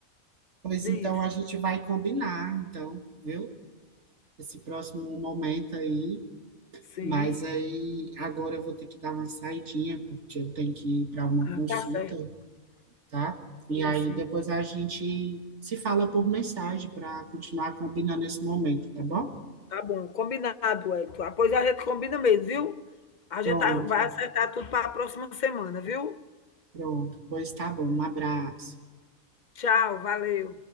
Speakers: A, on the right; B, on the left.
A: pois
B: diz,
A: então a gente vai combinar, então, viu? Esse próximo momento aí.
B: sim.
A: Mas aí agora eu vou ter que dar uma saidinha, porque eu tenho que ir para uma
B: Ah,
A: consulta,
B: tá certo,
A: tá? E
B: sim,
A: aí
B: sim.
A: depois a gente se fala por mensagem para continuar combinando esse momento, tá bom?
B: Tá bom, combinado, Elton. após a gente combina mesmo, viu? A gente
A: Pronto,
B: tá- vai acertar tudo para a próxima semana, viu?
A: pronto. Pois tá bom. Um abraço.
B: Tchau, valeu.